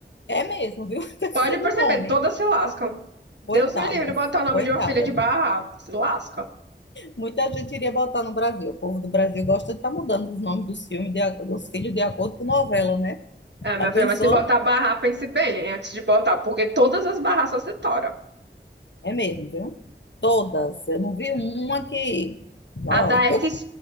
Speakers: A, on the left (about 75°); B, on the right (about 70°).
A: É mesmo, viu? <laughs> Deve
B: Pode
A: ser
B: perceber,
A: do nome.
B: todas se lascam. Deus
A: Coitadas,
B: me livre de botar o nome
A: coitadas.
B: de uma filha de Barra. Se lasca.
A: Muita gente iria botar no Brasil. O povo do Brasil gosta de estar mudando os nomes dos filmes, de a- dos filhos, de acordo com novela, né?
B: É, minha
A: Já pensou?
B: filha, mas se botar Barra, pense bem hein, antes de botar, porque todas as Barras só se toram.
A: É mesmo, viu? Todas. Eu não vi uma que. Não,
B: A da f
A: eu...